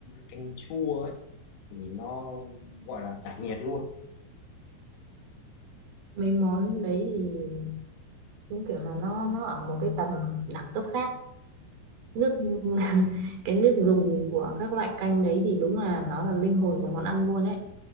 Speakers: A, on the left (about 80°); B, on the right (about 65°).
A: canh chua ấy thì nó gọi là giải nhiệt luôn
B: mấy món đấy thì đúng kiểu là nó nó ở một cái tầm đẳng cấp khác nước <laughs> cái nước dùng của các loại canh đấy thì đúng là nó là linh hồn của món ăn luôn ấy